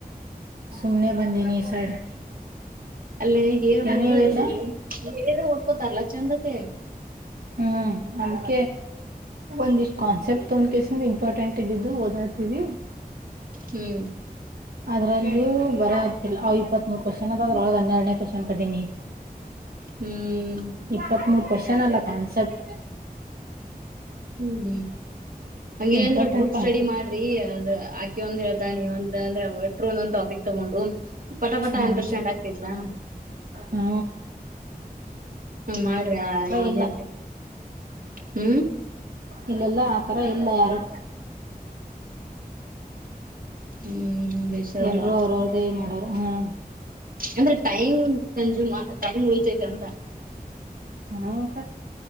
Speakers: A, on the right; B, on the right.
A: ಸುಮನೆ ಬಂದ ನೀ ಈ ಸೈಡ್
B: ಅಲ್ಲೇ ಹೇಳ್ಬೇಕು
A: ಏನು ಹೇಳಿಲ್ಲ
B: ಎಕ್ಸಾಮ್ ಹೇಳಿದ್ರೆ ಒದಕೋತಾರಲ್ಲ ಚೆಂದತೆ
A: ಹ್ಮ್ ಅಮಕ ಒಂದಿಷ್ಟ್ ಕಾನ್ಸೆಪ್ಟ್ ತೊೊಂಡ ಕಸನ್ ಇಂಪಾರ್ಟೆಂಟ್ ಇದ್ದಿದ್ದು ಓದಾತವಿ
B: ಹ್ಮ್
A: ಅದ್ರಲ್ಲಿೂ ಬರ ಆತ್ತಲ್ಲ ಅ ಅವವು ಇಪ್ಪತ್ ಮೂರ್ ಕ್ವಶ್ನ್ ಅದ ಅದ್ರೊಳಗ್ ಹನ್ನೆರಡನೇ ಕಷಂ ಕದ ನೀ
B: ಹ್ಮ್
A: ಇಪ್ಪತ್ತ್ಮೂರು ಕೊ ೆ ನಲ್ಲ ಕಾನ್ಸೆಪ್ಟ್
B: ಹ್ಮ್ ಹಂಗಗೆ
A: ಇಂಪಾರ್ಟೆಂಟ್
B: ಅಂದ್ರ ಗ್ರೂಪ್
A: ಕಾನ್ಸೆಪ್ಟ್
B: ಸ್ಟಡಿ ಮಾಡ್ರಿ ಅಂದ್ರ ಆಕೆ ಒಂದ್ ಹೇಳ್ತಾನ ನೀ ಒಂದ ಅಂದ್ರ ಎಟ್ಟರು ಒಂದೊಂದ್ ಟಾಪಿಕ್ ತಗೊಂಡು ಪಟ ಪಟ
A: ಹ್ಮ್
B: ಆಗ್ತೇತ್ಲಾ
A: ಹ್ಮ
B: ಹ್ಮ ಮಾಡ್ರಿ ಇದ
A: ಇಲ್ಲ
B: ಹ್ಮ್
A: ಇಲ್ಲೆಲ್ಲ ಆತರ ಇಲ್ಲ ಯಾರು
B: ಹ್ಮ್ ಬೇಷರವ್ವಾ
A: ಎಲ್ರುೂ ಅವ್ರ ಅವ್ರ್ದೇ ಮಾಡ ಹ್ಮ್
B: ಅಂದ್ರೆ ಟೈಮ್ ಕಂಜ್ಯೂಮ್ ಟೈಮ್ ಉಯತೈತೆ ಅಂತ
A: ಹ್ಮ್